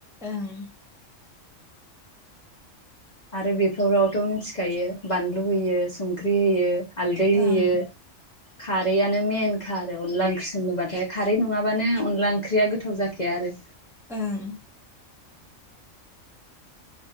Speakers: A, in the centre; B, on the left.
A: ओं
B: आरो बेफोरावथ मिथिखायो बानलु होयो संख्रि होयो। हालदै होयो
A: ओं
B: खारै नो मेइन खा आरो अनला ओंख्रि संङोबाथाय खारै नङाबानो अनला ओंख्रिया गोथाव जाखाया आरो
A: ओं